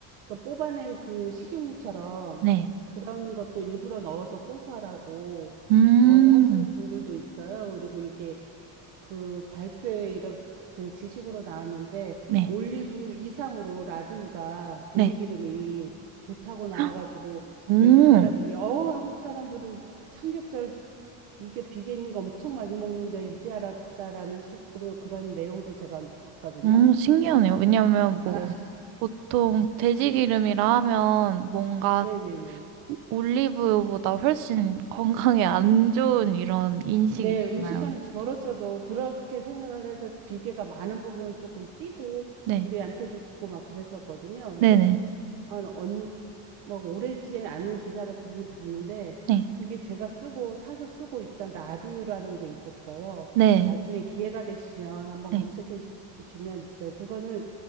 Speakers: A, on the right; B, on the right.
A: 그러니까 뽑아낸 그 식용유처럼
B: 네.
A: 그런 것도 일부러 넣어서 고소하라고
B: 음,
A: 넣어서 하시는 분들도 있어요. 그리고 이게 그 발표에 이런 그 지식으로 나왔는데
B: 네,
A: 올리브 이상으로 라드유가 돼지
B: 네.
A: 기름이 좋다고 나와가지고
B: 헉, 오,
A: 외국 사람들이 어 한국 사람들은 삼겹살 이게 비계 있는 거 엄청 많이 먹는데 이제 알았다라는 식으로 그런 내용도 제가 언뜻 봤거든요.
B: 응. 오, 신기하네요. 왜냐하면 뭐,
A: 아,
B: 보통 돼지기름이라 하면 뭔가
A: 네네네.
B: 올리브유보다 훨씬 건강에 안 좋은 이런 인식이
A: 네,
B: 있잖아요.
A: 음식과는 저로서도 그렇게 생각을 해서 비계가 많은 부분 조금 띄고
B: 네,
A: 우리한테도 주고 막 그랬었거든요. 근데
B: 네네,
A: 아, 나 언, 막 오래지 않은 기사를 보긴 봤는데
B: 네,
A: 그게 제가 쓰고 사서 쓰고 있던 라두유라는 게 있었어요.
B: 네,
A: 나중에 기회가 되시면 한번
B: 네,
A: 검색해 시- 보시면 있어요. 그거는